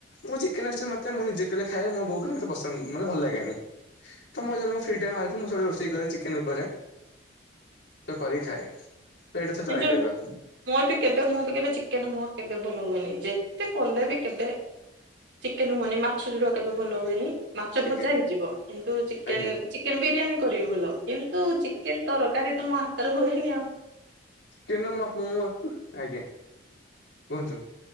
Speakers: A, on the left (about 80°); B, on the right (about 85°).
A: ମୁଁ ଚିକେନ <unintelligible> ମତେ ମୁଁ ନିଜେ କଲେ ଖାଏ ମୋ ବୋଉ କଲେ ମତେ ପସନ୍ଦ ମାନେ ଭଲ ଲାଗେନି। ତ ମୁଁ ଯେବେ ମୁଁ ଫ୍ରି ଟାଇ ବାହାରୁଚି ମୁଁ ସବୁବେଳେ ରୋଷେଇ କରେ ଚିକେନ ଉପରେ ତ କରି ଖାଏ ତ ଏଇଟା ଥରେ ଟ୍ରାଏ
B: ଯୋଉ
A: କରିବା।
B: ମୋର ବି କେବେ ମୁଁ ବି କେବେ ଚିକେନ ମୋର କେବେ ଭଲ ହୁଏନି ଯେତେ କଲେବି କେବେ ଚିକେନ ହୁଅନି ମାଛ ଯୋଡ କେବେ ଭଲ ହୁଏନି ମାଛଭଜା
A: ଆଜ୍ଞା
B: ହେଇଯିବ କିନ୍ତୁ ଚିକେନ
A: ଆଜ୍ଞା
B: ଚି କେନ ବିରିୟାନୀ କରିବି ଭଲ କିନ୍ତୁ ଚିକେନ ତରକାରୀ ତ ମୋ ହାତରେ ହୁଏନି ଆଉ।
A: ଚିକେନ ମୁ ଆପ ପପ ଆଜ୍ଞା କୁହନ୍ତୁ।